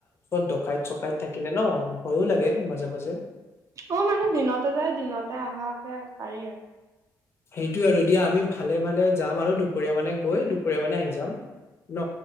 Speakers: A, on the left; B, on the right.
A: ডকাইত-চকাইত থাকিলে ন ভয়ো লাগে মাজে-মাজে।
B: অ মানুহ দিনতে যায় দিনতে অহাকে পাৰি আৰু।
A: সেইটোয়ে আৰু দিয়া, আমি ভালে-ভালে যাম আৰু দুপৰীয়া মানে গৈ দুপৰীয়া মানে আহি যাম। ন